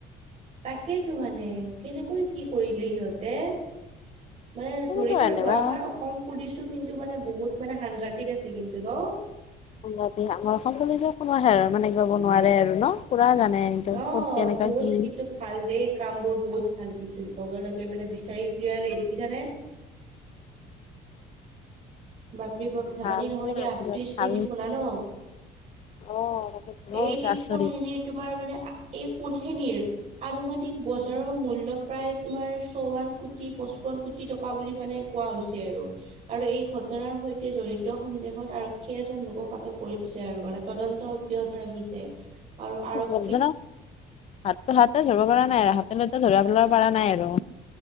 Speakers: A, on the right; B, on the left.
A: তাকেইেতো মানে কেনেকৈ কি কৰিলে সিহঁতে। মানে
B: কেনেকুৱা
A: ধৰিছো
B: আনিবা
A: ৰ'বা আমাৰ অসম পুলিচো কিন্তু মানে বহুত মানে সাংঘাতিিক আছে কিন্তু ন?
B: জা আমাৰ অসম কুলিজৰ কোনো হেৰাব মানে নোৱাৰে আৰু ন পুৰা জানে। নে এইটো
A: অ'
B: ক'ত কেনেুকা,
A: বহুত
B: কি
A: কিন্তু ভাল দেই কাম বোৰ বহুত ভাল কিন্তু লগে লগে মানে বিচাৰি উলিয়ালেই দেখিছানে।
B: <inaudible>
A: বাপৰি বপ ধেমালি
B: ভাল
A: নহয় দিয়া, আঠত্ৰিশ কেজি শুনা ন।
B: অ
A: এই
B: অ আচৰিত
A: সোনখিনিৰ তোমাৰ মানে এই সোণখিনিৰ, আনুমানিক বজাৰৰ মূল্য প্ৰায় তোমাৰ চৌৱন কোটি পচপন্ন কোটি টকা বুলি মানে, কোৱা হৈছে আৰু। আৰু এই ঘটনাৰ সৈতে জড়িত সন্দেহত আৰক্ষীয়ে এজন লোকক আটক কৰিছে। আৰু মানে তদন্ত, অব্যাহত ৰাখিছে আৰু আৰক্ষী,
B: লজ্জনক হাত হাতে ধৰিব পৰা নাই আৰু হাতে লতে ধৰা পেল পৰা নাই আৰু,